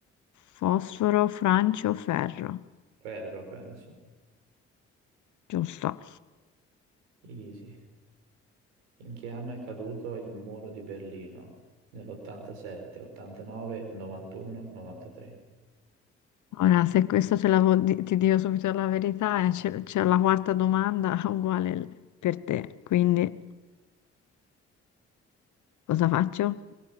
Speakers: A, on the left; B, on the right.
A: fosforo, francio, ferro.
B: ferro, penso.
A: Giusto.
B: Easy. In che anno è caduto il muro di Berlino? Nell'87, 89, 91, 93.
A: Ora, se questo ce l'avevo di- ti dico subito la verità, eh, c'è c'è la quarta domanda <laughs> uguale l- per te. Quindi, cosa faccio?